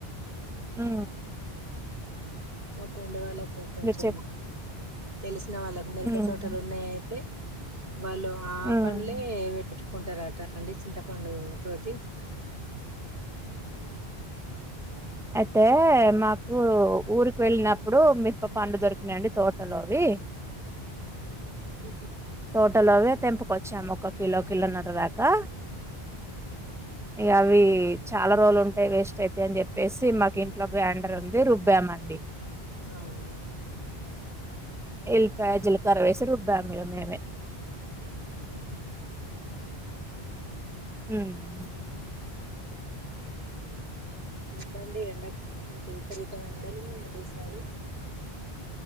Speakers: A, in the centre; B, on the right (about 75°).
A: అ
B: మా ఫ్రెండ్ వాళ్ళకు కొంచెం
A: చెప్
B: తెలుసు ఇచ్చిన వాళ్ళకి అమెరపా
A: ఉమ్
B: తోటలున్నాయిఆయితే వాళ్లు ఆ
A: ఉమ్
B: పల్లె తెచ్చు కుంటారట అండి చింతపండు తోటి
A: అయితే మాకు ఊరికి వెళ్ళినప్పుడు మిప్ప పండు దొరికినండి తోటలోవి
B: ఇ
A: తోటలోవే తెంపుకొచ్చాము ఒక కిలో కిలోన్నర దాకా యవి చాలా రోజులు ఉంటాయి వేస్ట్ అయితే అని చెప్పేసి మా ఇంట్లో గ్రాండర్ ఉంది రుబ్బామ అండి
B: అవును
A: ఎల్పాయ, జీలకర్ర వేసి రుబ్బామెలు మేమే
B: <unintelligible>
A: ఉహ్మ్ అ <unintelligible>
B: ఎపండి ఎండాకాలం అయితే విపరీతమైన ఎడలు ఉన్నాయండి ఈసారి